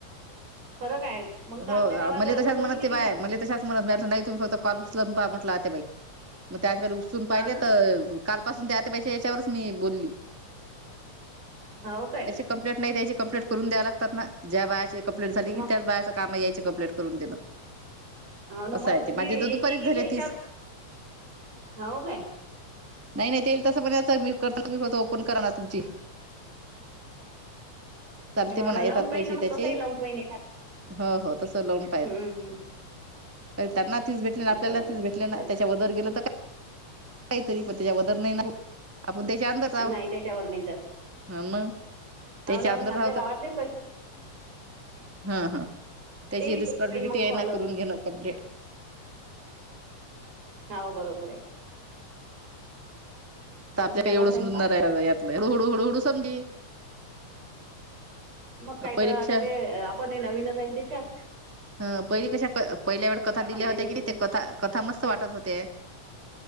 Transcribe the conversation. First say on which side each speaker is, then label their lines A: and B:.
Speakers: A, on the right; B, on the right.
A: फरक आहे मग तर
B: हो
A: आमच्या गावात
B: मले
A: अजून
B: तशाच
A: दोघी
B: म्हणत
A: तिघी
B: ते बाय मले तशाच म्हणत मी नाही तुम्ही फक्त कॉल उचलून पहा म्हटलं आत्याबाई मग त्या उचलून पाहिले
A: हाव ना
B: तर कालपासून त्या आत्याबाईच्या ह्याच्यावरच मी बोलली
A: हाव काय?
B: कंप्लेट नाही त्याची कंप्लेट करून द्या लागतात ना ज्या बायाची कंप्लें झाली की
A: मग
B: त्याच बाया कामा यायचे कपलेट करून देणं
A: हाव ना
B: असं
A: मल
B: आहे ते
A: मी
B: माझे तर
A: एकी
B: दुपारीच
A: एकीच्या
B: झाले
A: याच्यावर
B: तीस
A: हाव काय
B: नाही नाही तेल तसं पण सबमिट करताना तुम्ही फक्त ओपन करा ना तुमची चालते
A: बरं
B: म्हणा येतात
A: लावून पाहिन
B: पैसे
A: ना मग
B: त्याचे
A: तसंही लावून पाहिन एखादा
B: हो हो तस लावून
A: हम्म हम्म.
B: का त्यांना तीस भेटले आपल्याला
A: बरं
B: तीस
A: बरं
B: भेटले
A: चालतंय
B: ना त्याच्या वदर गेलं तर काहीतरी पण त्याच्या बदल नाही ना आपण त्याच्या <inaudible> हाव
A: नाही त्याच्यावर नाही जात
B: हा म
A: हाव
B: तेच्या
A: ना
B: अंदर
A: मग आमच्या
B: हाव
A: गावातलेच
B: तर <inaudible> हा हा. त्याची
A: तेही
B: रिस्पॉन्सिबिलिटी
A: होईन मग
B: आहे
A: कॉल
B: ना
A: अजून
B: करून घेण कम्प्लीट
A: हाव बरोबर आहे.
B: तर
A: अजून
B: आपल्या
A: झाला
B: काही एवढं
A: स्वयंपाक
B: आहे यातलं हू हळू हुळू हळू समदी
A: मग काय
B: पहिले
A: तर
B: कशा
A: आता ते आपण हे नवीनच आहे तेच्यात.
B: ह पहिली कशा पहिल्या वेळी कथा
A: काय माहित
B: दिल्या होत्या
A: आहे त्याच्यातलं
B: की ते कथा कथा मस्त वाटत होते.